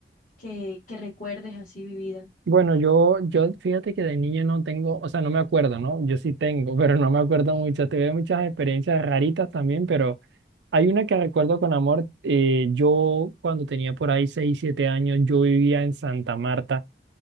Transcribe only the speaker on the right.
Bueno, yo, yo fíjate que de niño no tengo, o sea, no me acuerdo, ¿no? Yo sí tengo, <laughs> pero no me acuerdo mucho. Tuve muchas experiencias raritas también, pero hay una que recuerdo con amor. Eh, yo cuando tenía por ahí 6 7 años, yo vivía en Santa Marta